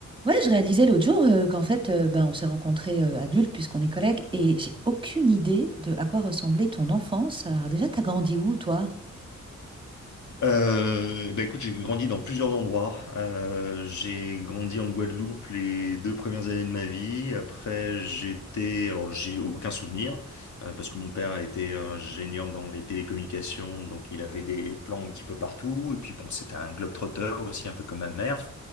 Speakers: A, on the right; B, on the left.
A: Ouais, je réalisais l'autre jour euh, qu'en fait, euh, ben, on s'est rencontrés euh, adultes puisqu'on est collègues et j'ai aucune idée de à quoi ressemblait ton enfance. Alors déjà, t'as grandi où, toi?
B: Euh, bah écoute, j'ai grandi dans plusieurs endroits. Euh, j'ai grandi en Guadeloupe les deux premières années de ma vie. Après, j'étais, alors j'ai aucun souvenir euh, parce que mon père était ingénieur dans les télécommunications, donc il avait des plans un petit peu partout. Et puis bon, c'était un globe-trotter aussi, un peu comme ma mère,